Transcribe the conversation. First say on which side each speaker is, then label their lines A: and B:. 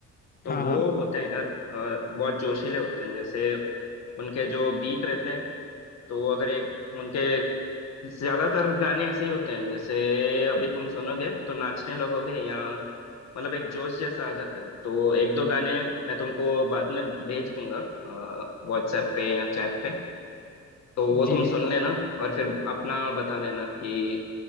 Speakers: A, on the left; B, on the left.
A: तो
B: हाँ
A: वो
B: हाँ
A: होते हैं यार अ, बहुत जोशीले होते हैं जैसे उनके जो बीट रहते हैं तो वो अगर एक उनके ज्यादातर गाने ऐसे ही होते हैं जैसे अभी तुम सुनोगे तो नाचने लगोगे या मतलब एक जोश जैसा आ जाता है तो एक दो गाने मैं तुमको बाद में भेज दूंगा व्हाट्सएप पे या चैट पे तो वो
B: जी
A: तुम सुन
B: जी
A: लेना और फिर अपना बता देना कि